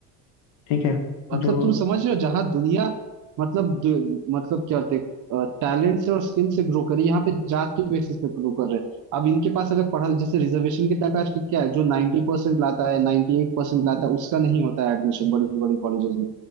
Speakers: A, on the left (about 65°); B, on the right (about 45°).
A: ठीक है
B: मतलब
A: जो
B: तुम समझ रहे हो जहां दुनिया मतलब दु, मतलब क्या होते टैलेंट से और स्किल से ग्रो करे यहाँ पे जात के बेसिस पे ग्रो कर रहे हैं अब इनके पास अगर पढ़ा जैसे रिजर्वेशन के टाइम पे आज के क्या है जो 90% परसेंट लाता है 98% eight percent लाता है उसका नहीं होता है एडमिशन बड़ी बड़ी कॉलेजेस में